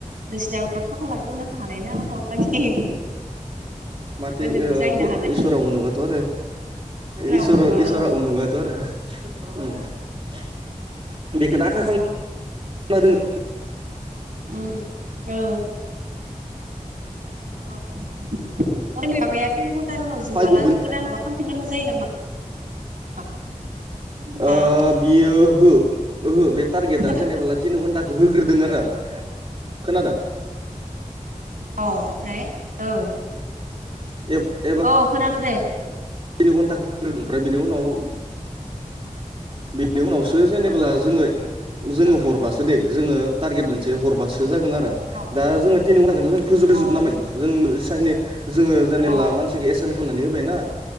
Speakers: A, on the right; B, on the right.
A: नोंसिनाबो खाफाला गेवनो हानाय ना उनाव लागि
B: माथिग
A: गोदोरबो
B: ओ
A: जाहैनो
B: ब
A: हानाय
B: इसोराव अनोबाथ' आरो इसोरा
A: अनोबा
B: इसोरा
A: औ
B: आनबो थ आरो <unintelligible>
A: उम
B: बेखौनो आसा खालामना दं <unintelligible>
A: ओम औ औ सोरनि माबाया तिन घन्टानि उनाव जोबबोला
B: फायगगोन
A: गोदान माबा खालामफिनांगौ जायो नामा <unintelligible> हा
B: अ बियो ओहो ओहो बे टारगेटआ
A: खोनादों
B: जेनेबला तिन घन्टाखौ होग्रोदों आरो <unintelligible> खोनादों
A: अ ओमफ्राय औ
B: ए
A: औ खोनादों दे
B: तिनि घन्टा होदों ओमफ्राय बिनि उनाव बिनि उनावसो जेनेबोला जोङो जोङो हरबासो दे जोङो टारगेट मोनसे हरबासो जागोन आरो
A: अ
B: दा जोङो तिनि घन्टा जों फोजोब
A: अ
B: जोबनांबाय
A: बिसासो
B: जोंनि जोङो जेनेला
A: अ
B: मानसिखौ एसेन <unintelligible> खालामनानै होबायना